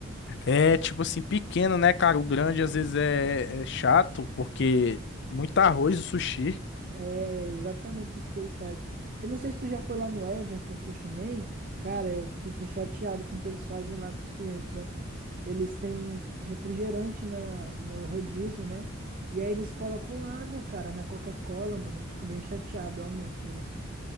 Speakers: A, on the left; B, on the right.
A: É tipo assim, pequeno, né, cara? O grande às vezes é, é chato, porque muito arroz o sushi.
B: É exatamente isso que eles fazem. Eu não sei se tu já foi lá no Everton Sushi Man. Cara, eu fico chateado com o que eles fazem lá com os clientes, ó. Eles têm refrigerante na, no rodízio, né? E aí eles colocam água, cara, na Coca-Cola, mano. Eu fico bem chateado, ó, mano, com isso.